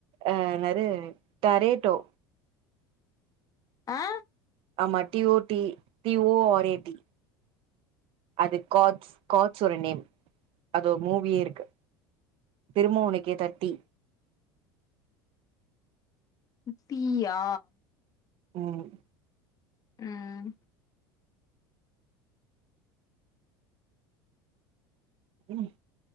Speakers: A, on the right (about 50°); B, on the left (about 30°).
A: அ என்னரு டரேட்டோ
B: ஆ
A: ஆமா T O T T O R A T அது காஃட்ஸ் காஃட்ஸ்சோட நேம் அது ஒரு மூவியே இருக்கு திரும உனுக்கே தெட்டி
B: பிய்யா
A: ம்
B: ம்
A: உம்